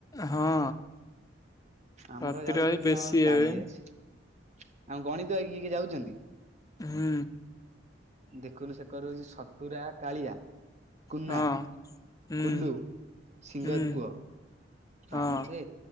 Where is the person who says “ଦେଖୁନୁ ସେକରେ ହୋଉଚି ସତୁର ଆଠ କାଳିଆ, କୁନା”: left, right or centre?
Right